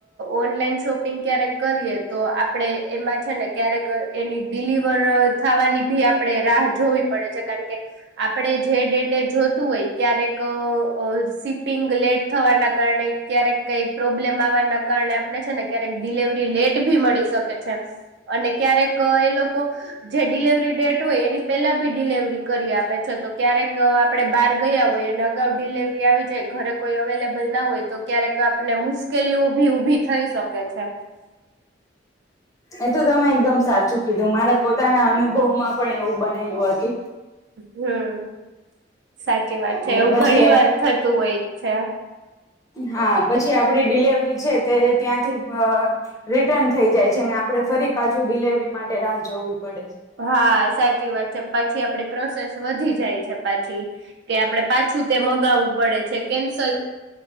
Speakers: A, on the right; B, on the left.
A: ઓનલાઈન શોપિંગ ક્યારેક કરીએ તો આપણે આપ એમાં છે ને ક્યારેક એની ડિલિવર થવાની ભી આપડે રાહ જોવી પડે છે કારણ આપણેે જે ડેટે જોતું હોય ક્યારેક સીપિંગ લેટ થવાના કારણે ક્યારેક કઈ પ્રોબ્લેમ આવવાના કારણે આપણે છે ને ક્યારેક ડિલેવરી લેટ ભી મળી શકે છે અને ક્યારેક એ લોકો જે ડિલેવરી ડેટ હોય એની પહેલા બી ડિલેવરી કરી આપે છે તો ક્યારેક આપણે બહાર ગયા હોય અને અગાઉ ડિલેવરી આવી જાય ઘરે કોઈ અવેલેબલ ના હોય તો ક્યારેક આપને મુશ્કેલીઓ -ભી ઉભી થઈ શકે છે
B: એ તો તમે એકદમ સાચું કીધું મારા પોતાના અનુભવમાં પણ એવું બનેલું હતું
A: હમ સાચી વાત છે
B: એટલે
A: એવું
B: પછી
A: ઘણી વાર થતું હોય છે
B: હા પછી આપ આપડી ડિલેવરી છે તે ત્યાંથી રિટર્ન થઈ જાય છે અને આપે ફરી પાછું ડિલેવરી માટે રાહ જોવી પડે છે
A: હા સાચી વાત છે પછી આપડે -છી કે આપડણે પાછું તે મગાવવું પડે છે કેન્સલ